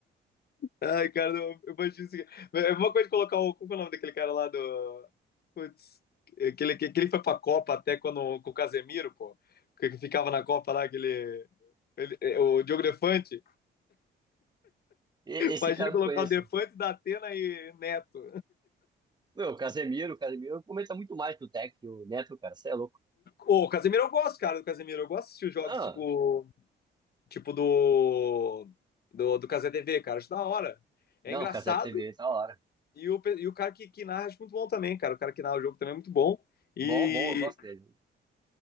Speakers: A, on the left; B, on the right.
A: Ai, cara, não, eu imagino isso. aqui. É uma coisa de colocar o. Como que é o nome daquele cara lá do. Putz, aquele que que ele foi pra Copa até quando, com o Casemiro, pô. Que que ficava na Copa lá, aquele. ele- é, o Diogo Defante.
B: E- esse
A: Imagina
B: cara eu
A: colocar
B: não conheço.
A: o Defante, Datena e Neto.
B: Meu, o Casemiro, o Casemiro comenta muito mais que o Tec e o Neto, cara, você é louco.
A: Ô, o Casemiro eu gosto, cara, do Casemiro. Eu gosto de assistir os jogos
B: Ah,
A: tipo. Tipo do. Do, do Cazé TV, cara. Acho da hora. É
B: não,
A: engraçado.
B: o Casé TV, tá hora.
A: E o, e o cara que, que narra acho muito bom também, cara. O cara que narra o jogo também é muito bom. E
B: Bom, bom, eu gosto dele.